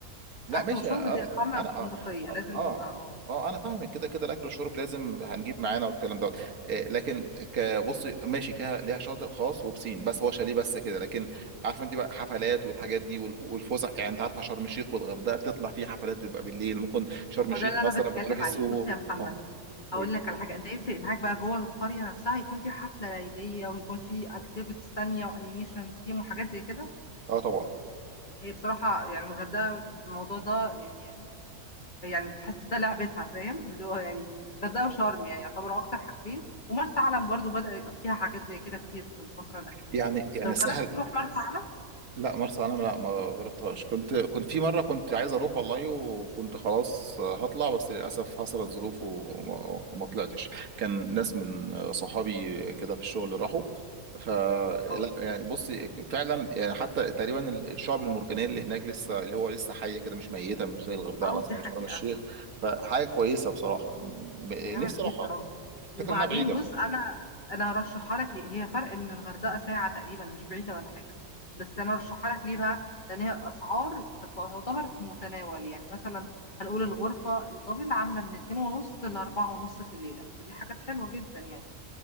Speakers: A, on the right; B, on the left.
A: لا
B: أكل
A: ماشي
B: وشرب
A: اه
B: دي إقامة
A: انا اه
B: فندقية
A: اه
B: لازم
A: اه
B: تبقى اه
A: آه، انا فاهمك كده كده الاكل والشرب لازم هنجيب معانا والكلام دوت آه، لكن كبص ماشي فيها ليها شاطئ خاص وبسين بس هو شاليه بس كده لكن عارفه انت بقى حفلات والحاجات دي وال- والفسح يعني انت عارفه شرم الشيخ والغردقه بتطلع فيه حفلات بتبقى بالليل ممكن شرم
B: هو
A: الشيخ
B: ده اللي أنا
A: مثلا
B: بتكلم
A: بتروحي السوهو
B: عليه بص يا محمد
A: اه قولي
B: أقول لك على حاجة أنت يفرق معاك بقى جوه القرية نفسها يكون في حفلة ليلية ويكون في أكتيفيتيز تانية وأنيميشن تيم وحاجات زي كده
A: اه طبعا
B: هي بصراحة يعني الغردقة في الموضوع ده يعني يعني تحس ده لعبتها فاهم اللي هو يعني الغردقه وشرم يعني يعتبروا اكتر حاجتين ومرسى علم برضو بدأ يبقى فيها حاجات زي كده كتير في الفتره الاخيره
A: يعني يعني
B: طب
A: الساحل
B: جربت تروح مرسى علم
A: لا مرسى علم لا ما جربتهاش كنت كنت في مره كنت عايز اروح والله وكنت خلاص هطلع بس للاسف حصلت ظروف وما وما طلعتش كان ناس من صحابي كده في الشغل راحوا فلا
B: اه
A: يعني بص فعلا يعني حتى تقريبا الشعب المرجانيه اللي هناك لسه اللي هو لسه حيه كده مش ميته مش زي الغردقه
B: اه
A: مثلا
B: دي حقيقه
A: مش شرم الشيخ فحاجه كويسه بصراحه م-
B: جامد
A: نفسي
B: جدا
A: اروحها
B: اه وبعدين
A: الفكره انها بعيده
B: بص انا انا هرشحها لك ليه هي فرق من الغردقه ساعه تقريبا مش بعيده ولا حاجه بس انا هرشحها لك ليه بقى لان هي الاسعار تعتبر في متناول يعني مثلا هنقول الغرفه الدبل عامله من اتنين ونص لاربعة ونص في الليله فدي حاجات حلوه جدا يعني